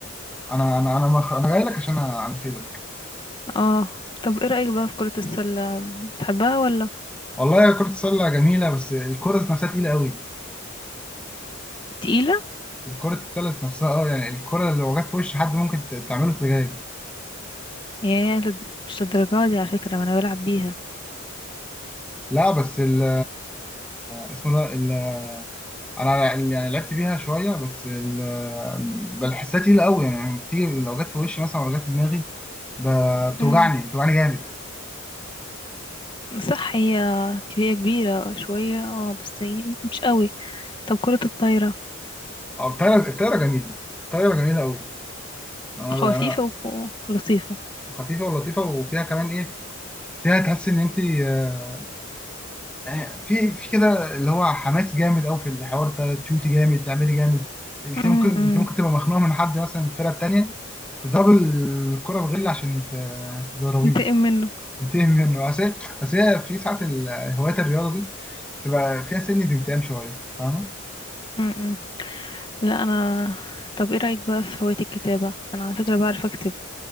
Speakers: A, in the centre; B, on the left (about 25°).
A: انا انا انا مخ... انا جاي لك عشان انرفزك
B: اه طب ايه رأيك بقى في كرة السلة بتحبها ولا
A: والله كره السله جميله بس الكره ذات نفسها تقيله قوي
B: تقيلة
A: الكره السله ذات نفسها اه يعني الكره لو جت في وش حد ممكن ت- تعمله سجاج
B: يا لد- مش للدرجة دي على فكرة انا بلعب بيها
A: لا بس ال اسمه ده ال... انا يعني لعبت بيها شويه بس ال... بل حسها تقيله قوي يعني بتيجي لو جت في وشي مثلا ولا جت في دماغي ب- بتوجعني
B: امم
A: بتوجعني جامد
B: صح هي هي كبيرة شوية اه بس هي مش قوي طب كرة الطايرة
A: او الطايره الطايره جميله الطايره جميله قوي انا
B: خفيفة
A: بقى انا
B: ولطيفة
A: خفيفه ولطيفه وفيها كمان ايه فيها تحس ان انت آه، آه، في في كده اللي هو حماس جامد قوي في الحوار ده تشوتي جامد تعملي جامد انت
B: امم
A: ممكن انت ممكن تبقى مخنوقه من حد مثلا من الفرقه التانيه تضرب الكره بغل عشان ت- تضربيه
B: انتقم منه
A: تنتهي منه اصل اصل هي في ساعات ال- هوايات الرياضه دي تبقى فيها سن انتقام شويه أنت فاهمه؟
B: م-م. لا انا طب ايه رايك بقى في هوايه الكتابه انا على فكره بعرف اكتب